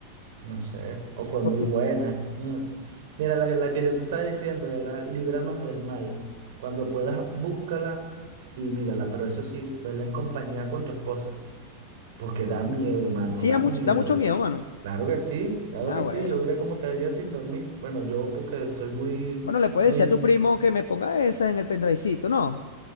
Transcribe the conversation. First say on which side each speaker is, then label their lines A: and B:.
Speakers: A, on the right (about 55°); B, on the left (about 65°).
A: no sé, o fue
B: Porque
A: muy buena. <laughs> Mm. Mira, la, la que yo te estaba diciendo era Líbranos del mal. Cuando puedas, búscala y mírala, pero eso sí, vela en compañía con tu esposa, porque da miedo, hermano,
B: sí,
A: da
B: da mucho,
A: miedo.
B: da mucho miedo, mano.
A: Claro que sí, claro
B: Ah,
A: que sí,
B: bueno.
A: yo duré como tres días sin dormir. Bueno, yo porque soy muy,
B: Bueno, le puedes
A: muy...
B: decir a tu primo que me ponga esas en el pendrivecito, ¿no?